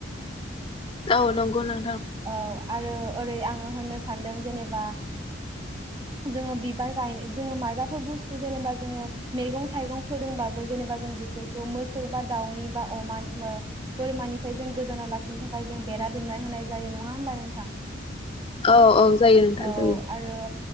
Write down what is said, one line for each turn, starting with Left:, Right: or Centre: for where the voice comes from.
Left: औ नोंगौ नों
Right: औ आरो ओरै आङो होननो सानदों जेनेबा जोङो बिबार। गाय जोङो मायबाफोर बुस <inaudible> जेनेबा जोङो मैगं थाइगं फोदोंबाबो जेनेबा जों बेफोरखौ मोसौ बा दाउनि बा अमा <unintelligible> ओ बोरमानिफ्राय जों गोजानाव लाखिनो थाखाय जों बेरा दुमनाय होनाय। जायो नङा होमबा नोंथां?
Left: औ औ। जायो नोंथां
Right: औ
Left: जायो
Right: आरो।